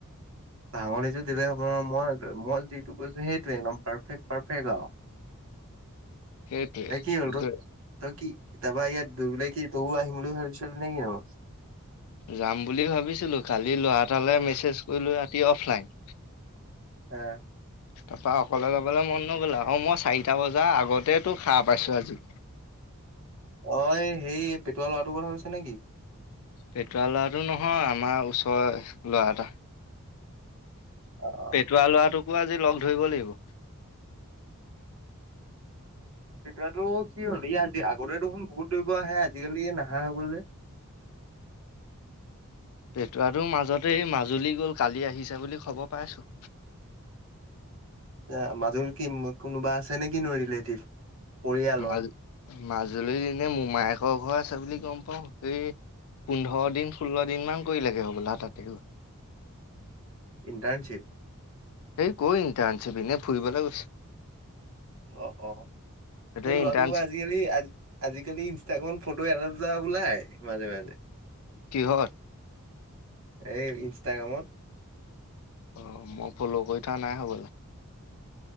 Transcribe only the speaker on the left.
সেইটোৱে,
কিন্তু
যাম বুলি ভাবিছিলোঁ, কালি ল'ৰা এটালৈ মেছেজ কৰিলোঁ ৰাতি অফলাইন।
তাৰপা অকলে যাবলৈ মন নগ'ল আৰু মই চাৰিটা বজাৰ আগতে তো হাৰ পাইছো আজি
পেটুৱা ল'ৰাটো নহয়, আমাৰ ওচৰৰে ল'ৰা এটা।
পেটুৱা লৰাটোকো আজি লগ ধৰিব লাগিব।
পেটুৱাটো মাজতে মাজুলী গ'ল, কালি আহিছে বুলি খবৰ পাইছো।
মা মাজুলীত এনে মোমায়েকৰ ঘৰ আছে বুলি গম পাও। এই পোন্ধৰ দিন ষোল্ল দিন মান কৰিলেগে হ'বলা তাতে
এই ক'ৰ ইন্টাৰ্ণশ্বিপ? এনে ফুৰিবলে গৈছে।
এতিয়া
ইণ্টাৰ্ণশ্বিপ
কিহত?
অ মই ফল' কৰি থোৱা নাই হ'বলা!